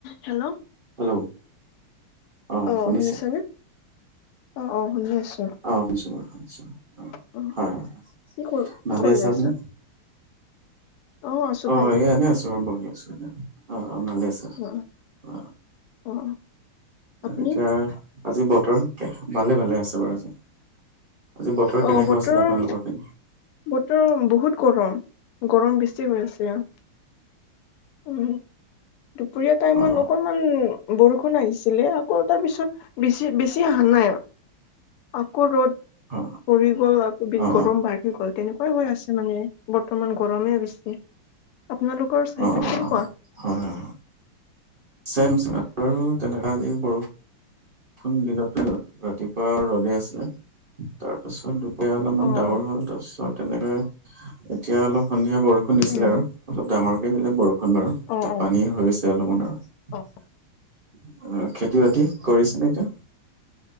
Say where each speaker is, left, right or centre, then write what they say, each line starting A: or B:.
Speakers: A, on the left (about 85°); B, on the right (about 45°).
A: Hello
B: hello অ
A: অহ
B: শুনিছে
A: শুনিছানে। অ' অ' শুনি আছো।
B: অ শুনিছো বাৰু শুনিছো অ
A: <unintelligible>
B: হয় হয়
A: কি কৰ কি
B: ভালে
A: কৰি
B: আছে
A: আছা।
B: আপুনি
A: অ আছো
B: অ'
A: ভালে।
B: এ এনে আছো বহি আছো এনে অ' ভালেই আছো
A: অ
B: অ'।
A: অ অ আপুনি?
B: এতিয়া আজি বতৰ ভালে ভালে আছে বাৰু আজি। আজি বতৰ কেনেকুৱা
A: অ বতৰ
B: আছিল আপোনালোকৰ পিনে।
A: বতৰ বহুত গৰম, গৰম বেছি হৈ আছে অ'। উম, দুপৰীয়া টাইমত
B: অ
A: অকনমান বৰষুণ আহিছিলে আকৌ তাৰপিছত বেছি বেছি আহা নাই আকৌ ৰ'দ।
B: অ
A: পৰি গ'ল আকৌ
B: অ অ অ
A: গৰম বাঢ়ি গ'ল তেনেকুৱাই হৈ আছে মানে বৰ্তমান গৰমে বেছি। আপোনালোকৰ চাইটতো
B: অ অ
A: কেনেকুৱা
B: হয় হয় চেম, চেম আৰু তেনেকা বৰষুণ খন দিনতে ন' ৰাতিপুৱা আৰু ৰ'দে আছিলে। তাৰপাছত দুপৰীয়া অলপমান
A: অ অ
B: ডাৱৰ হ'ল। তাৰপিছত তেনেকে এতিয়া অলপ সন্ধিয়া বৰষুণ বৰষুণ দিছিলে
A: উম
B: আৰু অলপ ডাঙৰকে দিলে বৰষুণ বাৰু এতিয়া
A: অ অ
B: পানী হৈছে অলপমান আৰু।
A: অ
B: অ' খেতি-বাতি কৰিছে নে এতিয়া।